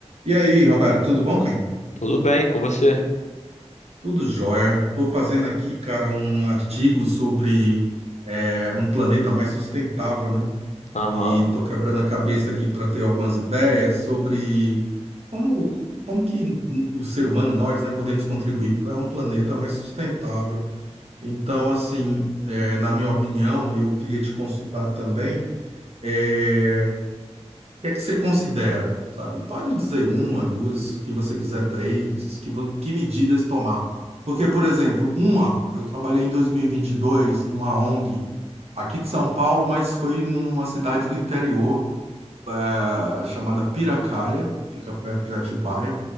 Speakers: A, on the right; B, on the left.
A: E aí, Roberto, tudo bom, cara?
B: Tudo bem com você?
A: Tudo jóia. Estou fazendo aqui, cara, um artigo sobre é, um planeta mais sustentável, né?
B: Aham,
A: E estou quebrando a cabeça aqui para ter algumas ideias sobre como, como que o ser humano, nós, né, podemos contribuir para um planeta mais sustentável. Então, assim, é, na minha opinião, eu queria te consultar também é, que é que você considera, sabe? Pode dizer uma, duas, que você quiser três, que, vo- que medidas tomar. Porque, por exemplo, uma, eu trabalhei em 2022 numa ONG aqui de São Paulo, mas foi numa cidade do interior, eh, chamada Piracaia, fica perto de Atibaia.